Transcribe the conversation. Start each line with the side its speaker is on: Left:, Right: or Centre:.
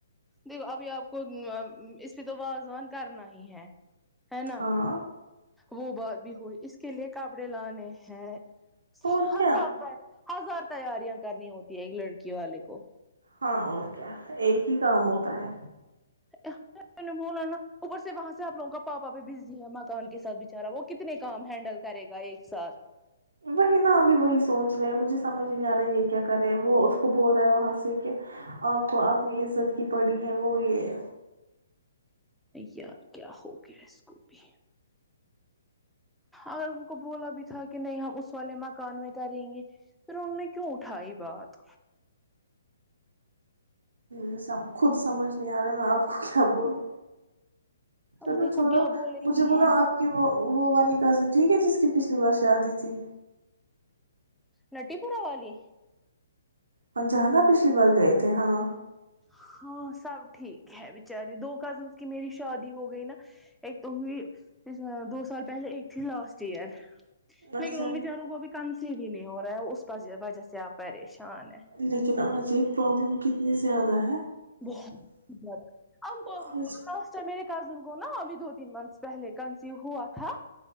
Centre: دیکھو ابھی آپ کو اس پہ تو وازوان کرنا ہی ہے ہے نا
Right: ہاں
Centre: وہ بات بھی ہوئی اس کے لیے کپڑے لانے ہیں
Right: اور
Centre: ہزارتا
Right: کیا
Centre: ہے ہزار تیاریاں کرنی ہوتی ہے ایک لڑکی والے کو
Right: ہاں اور کیا ایک ہی کام ہوتا ہے
Centre: ب نا اوپر سے وہاں سے آپ لوگوں کا پاپا بھی بزی ہے مکان کے ساتھ بچارہ وہ کتنے کام ہینڈل کرے گا ایک ساتھ
Right: وہی نا ہم بھی وہی سوچ رہے ہیں مجھے سمجھ نہیں آ رہا ہے یہ کیا کرے وہ اس کو بول رہا ہے وہاں سے کہ آپ کو اپپنی عزت کی پڑی ہے وہ یہ
Centre: یار کیا ہو گیا اس کو بھی اگر ان کو بولا بھی تھا کہ نہیں ہم اس والے مکان میں کر رہیں گے پھر ان نے کیوں اٹھائی بات
Right: جیسے خود سمجھ نہیں آ رہے میں آپ کیا بولے
Centre: اب
Right: چلو
Centre: دیکھو
Right: چھو
Centre: کیا
Right: لو
Centre: بولے
Right: مجھے
Centre: گی
Right: بناو آپ کی وہ وہ والی کزن ٹھیک ہے جس کی پچھلی بار شادی تھی
Centre: نٹی پورا والی
Right: ہ جانا پچھلی بار گئے تھے ہاں
Centre: ہاں سب ٹھیک ہے بیچاری دو کزنس کی میری شادی ہو گئی نا ایک تو ہوئی دو سال پہلے ایک تھی لاسٹ ایئر لیکن
Right: اچھا
Centre: ان بچاروں کو ابھی کانسی بھی نے ہو رہا ہے اس وجہ سے آپ پریشان ہے
Right: لیکن آج یہ پرابلم کتنی زیادہ ہے
Centre: بہت زیادہ ہم کو
Right: آج
Centre: لسٹ میر کزن کو نا ابھی دو تین منتھس پہلے کنسیو ہوا تھا